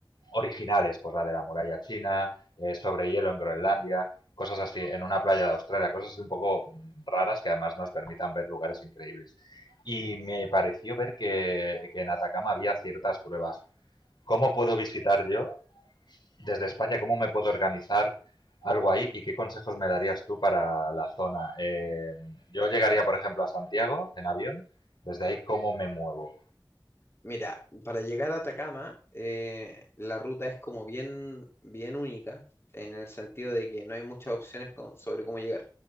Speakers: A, on the left; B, on the left.
A: originales, pues la de la muralla china, eh, sobre hielo en Groenlandia, cosas así, en una playa de Australia, cosas así un poco raras que además nos permitan ver lugares increíbles. Y me pareció ver que, que en Atacama había ciertas pruebas. ¿Cómo puedo visitar yo desde España? ¿Cómo me puedo organizar? algo ahí y qué consejos me darías tú para la zona. Eh, yo llegaría, por ejemplo, a Santiago en avión. Desde ahí, ¿cómo me muevo?
B: Mira, para llegar a Atacama, eh, la ruta es como bien, bien única, en el sentido de que no hay muchas opciones con- sobre cómo llegar.